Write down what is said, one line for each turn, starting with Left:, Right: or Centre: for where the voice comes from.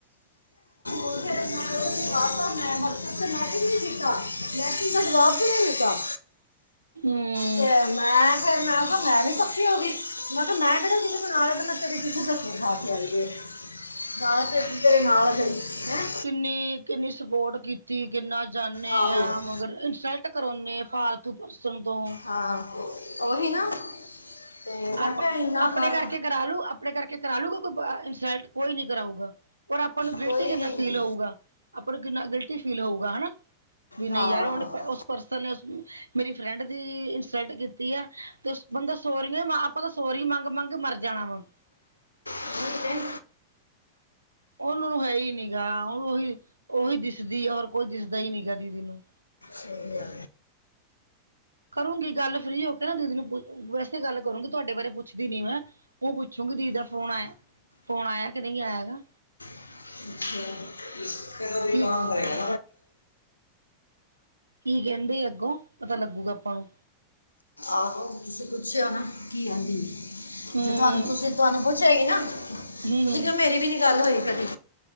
Left: <unintelligible> ਪਾਤਾ ਮੈਂ ਵਟਸਐਪ ਤੇ ਮੈਸੇਜ ਵੀ ਕੀਤਾ ਮੈਸੇਜ ਦਾ ਜਵਾਬ ਵੀ ਨਹੀਂ ਦਿੱਤਾ।
Right: ਹੂੰ।
Left: ਅਤੇ ਮੈਂ ਫੈਰ ਮੈਂ ਕਿਹਾ ਮੈਂ ਵੀ ਸੱਖੀ ਹੋ ਗਈ ਮੈਂ ਕਿਹਾ ਮੈਂ ਕਿਹੜਾ ਕਿਸੀ ਤੋਂ ਕੁਛ ਲੈ ਨਾਲੇ ਮੈਂ ਤੇਰੇ ਪਿੱਛੇ ਥੱਕੇ ਖਾ <unintelligible> ਨਾਲ ਲਿੱਤੇ ਤੇਰੇ ਨਾਲ ਗਈ ਹੈ।
Right: ਕਿੰਨੀ-ਕਿੰਨੀ ਸਪੋਰਟ ਕੀਤੀ। ਤੀ ਕਿੰਨਾ ਜਾਂਦੇ
Left: ਆਹੋ
Right: ਹਾਂ ਮਗਰ ਇਨਸਲਟ ਕਰਾਉਂਦੇ ਹ ਫਾਲਤੂ ਪਰਸਨ ਤੋਂ
Left: ਹਾਂ-ਹਾਂ। ਉਹਹੀ ਨਾ। ਤੇ ਮੈਂ
Right: ਆਪ-ਆਪਣੇ
Left: ਕਿਹਾ ਇੰਨਾ ਕਰ
Right: ਕਰਕੇ ਕਰਾ ਲੂ ਆਪਣੇ ਕਰਕੇ ਕਰਾ ਲੂਗਾ ਕੋਈ ਇਨਸਲਟ ਕੋਈ ਨੀ ਕਰਾਊਗਾ। ਔਰ ਆਪਾਂ ਨੂੰ ਗਿਲਟੀ
Left: ਕੋਈ
Right: ਕਿੰਨਾ
Left: ਵੀ ਨਹੀਂ
Right: ਫੀਲ ਹੋਊਗਾ। ਆਪਾਂ ਨੂੰ ਕਿੰਨਾ ਗਿਲਤੀ ਫੀਲ ਹੋਊਗਾ ਹੈਨਾ, ਵੀ ਨਹੀਂ
Left: ਹਾਂ
Right: ਯਾਰ ਉਹਨੇ ਉਸ ਪਰਸਨ ਨੇ ਮੇਰੀ ਫਰੈਂਡ ਦੀ ਇਨਸਲਟ ਕੀਤੀ ਆ ਤੇ ਬੰਦਾ ਸੋੁਰੀ ਨੀ ਆਪਾਂ ਤਾਂ ਸੋਰੀ ਮੰਗ-ਮੰਗ ਮਰ ਜਾਣਾ ਵਾ।
Left: ਨਹੀਂ ਤੇ
Right: ਉਹਨ ਨੂੰ ਹੈ ਹੀ ਨੀ ਗਾ, ਉਹਨੂੰ ਉਹੀ ਉਹੀ ਦਿਸਦੀ ਹੋਰ ਕੋਈ ਦਿਸਦਾ ਹੀ ਨੀਗਾ, ਦੀਦੀ ਨੂੰ।
Left: ਸਹੀ ਆ
Right: ਕਰੂੰਗੀ ਗੱਲ, ਫ੍ਰੀ ਹੋ ਕੇ ਨਾ ਦੀਦੀ ਨੂੰ ਵੈਸੇ ਗੱਲ ਕਰੂੰਗੀ, ਤੁਹਾਡੇ ਬਾਰੇ ਪੁੱਛਦੀ ਨੀ ਮੈਂ। ਉਹ ਪੁੱਛੋਂਗੀ ਦੀਦੀ ਦਾ ਫੋਨ ਆਇਆ, ਫੋਨ ਆਇਆ ਕਿ ਨਹੀਂ ਆਇਆ ਦਾ।
Left: ਅੱਛਾ, ਇਸ ਨ ਵੀ
Right: ਕੀ
Left: ਕਾਮ ਪਏ ਐ
Right: ਕੀ ਕਹਿੰਦੇ ਅੱਗੋਂ ਪਤਾ ਲੱਗੂਗਾ ਆਪਾਂ ਨੂੰ?
Left: ਆਹੋ ਤੁਸੀਂ ਪੁੱਛ ਹੋ ਨਾ ਕੀ ਆਂਦੀ
Right: ਹੂੰ
Left: ਜੇ ਤੁਹਾਨੂੰ ਤੁਸੀਂ ਤੁਹਾਨੂੰ ਪੁੱਛੇਗੀ ਨਾ
Right: ਹੂੰ
Left: ਤੁਸੀਂ
Right: ਹੂੰ
Left: ਕਿਹਾ, ਮੇਰੀ ਵੀ ਨੀ ਗੱਲ ਹੋਈ ਕਦੀ।